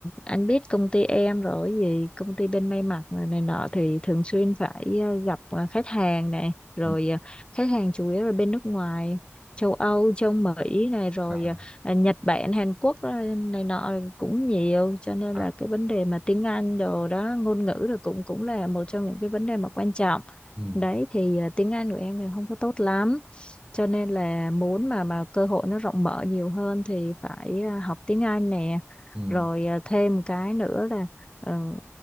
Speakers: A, on the left; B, on the right.
A: anh biết công ty em rồi cái gì công ty bên may mặc mà này nọ thì thường xuyên phải ờ, gặp ờ, khách hàng này rồi
B: ừ,
A: ờ, khách hàng chủ yếu là bên nước ngoài châu Âu châu Mỹ này rồi
B: à,
A: ờ, Nhật Bản Hàn Quốc ờ, này nọ cũng nhiều cho nên
B: à,
A: là cái vấn đề mà tiếng Anh đồ đó ngôn ngữ rồi cũng cũng là một trong những cái vấn đề mà quan trọng
B: ừ,
A: đấy thì ờ, tiếng Anh của em thì không có tốt lắm cho nên là muốn mà mà cơ hội nó rộng mở nhiều hơn thì phải ờ, học tiếng Anh nè
B: ừ,
A: rồi à, thêm một cái nữa là ờ,